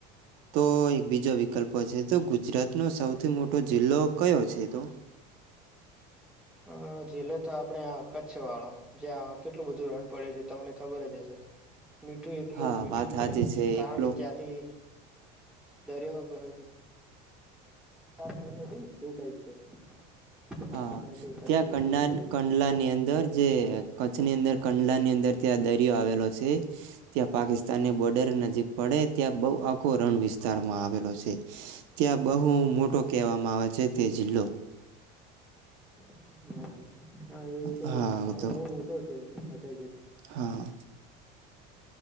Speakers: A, on the right (about 70°); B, in the centre.
A: તો એક બીજો વિકલ્પ છે તો ગુજરાત નો સૌથી મોટો જિલ્લો કયો છે તો
B: અ જિલ્લો તો આપણેે આ કચ્છ વાળા જ્યાં કેટલું બધું રન પડ્યું છે તમને ખબર જ હશે મીઠું એકલું
A: હા
B: મીઠું
A: વાત સાચી
B: જ
A: છે
B: <inaudible> કારણ
A: એકલો
B: કે ત્યાંથી દરિયો <inaudible> પ્રસાર થયેલો છે ને શું કઈ છે તેના
A: હા
B: કારણે તે કચ્છ
A: ત્યાં
B: મોટું પડ્યું છે
A: <unintelligible> ની અંદર જે કચ્છની અં કંડલા ની અંદર ત્યાં દરિયો આવેલો છે ત્યાં પાકિસ્તાનની બોર્ડર નજીક પડે ત્યાં બો આખો રણ વિસ્તારમાં આવેલો છે ત્યાં બહુ મોટો કહેવામાં આવે છે તે જિલ્લો
B: હા હા એ તો
A: હા તો
B: બોઉ મોટો છે <inaudible> અને
A: હા